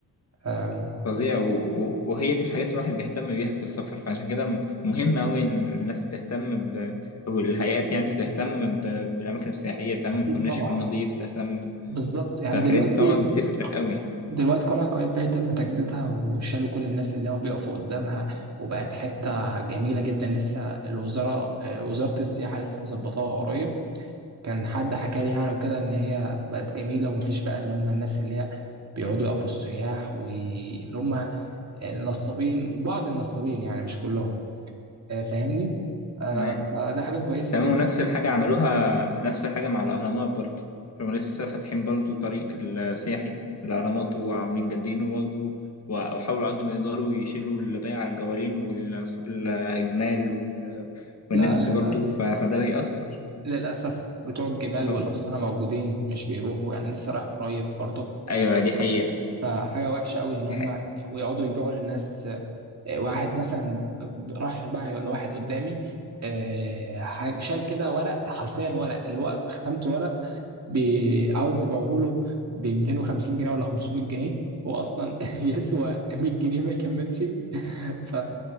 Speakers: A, on the right (about 40°); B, on the left (about 40°).
A: أم،
B: فظيع و... و... وهي دي الحاجات اللي الواحد بيهتم بيها في السفر فعشان كده الم- مهم أوي إن الناس تهتم ب... أو الهيئات يعني تهتم ب... بالأماكن السياحية تهتم
A: اكيد
B: الكورنيش
A: طبعا
B: يكون نظيف تهتم
A: بالظبط يعني
B: فالحاجات
A: دلوقتي
B: دي طبعا بتفرق أوي
A: دلوقتي قلعة قايتباي تم تجديدها وشالوا كل الناس اللي هو بيقفوا قدامها وبقت حتة جميلة جدا لسه الوزارة آه، وزارة السياحة لسه مظبطاها قريب كان حد حكى لي يعني وكده إن هي بقت جميلة ومفيش بقى اللي هم الناس اللي هي بيقعدوا يقفوا السياح واللي هم النصابين بعض النصابين يعني مش كلهم آه، فاهمني؟ آه،
B: تمام
A: فده حاجة كويسة
B: تمام
A: جدا
B: ونفس الحاجة عملوها نفس الحاجة مع الأهرامات برضو هم لسه فاتحين برضو طريق السياحي الأهرامات وعاملين جادينه برضو وحاولوا قد ما يقدروا يشيلوا اللي بايع على الجوالين والأصحاب الجمال وال-
A: لا
B: والناس دي
A: للأسف
B: برضو ف- فده بيأثر
A: للأسف بتوع الجمال
B: طبعا
A: والأسطنة موجودين مش بيروحوا يعني لسه رايح قريب برضو
B: أيوة دي حقيقة
A: فحاجة وحشة قوي إن هما
B: دي
A: ويقعدوا يبيعوا للناس آه، واحد مثلا راح بقى لواحد قدامي آه، حاج- شال كده ورق حرفيا ورق اللي هو خامته ورق بي- عاوز يبيعه له ب 250 جنيه ولا 500 جنيه هو أصلا <laughs> يسوى 100 جنيه ما يكملش ف